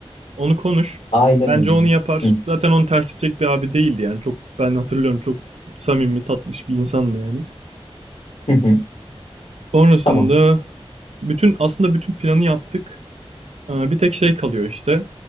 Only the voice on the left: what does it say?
Aynen
öyle.
Hı
hı. hı.
Tamam.